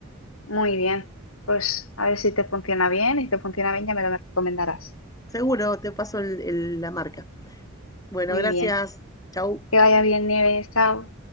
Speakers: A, on the left; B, on the left.
A: muy bien. Pues a ver si te funciona bien y si te funciona bien ya me lo recomendarás.
B: Seguro, te paso el- el- la marca. Bueno,
A: Muy
B: gracias.
A: bien.
B: Chau.
A: Que vaya bien, Nieves. Chao.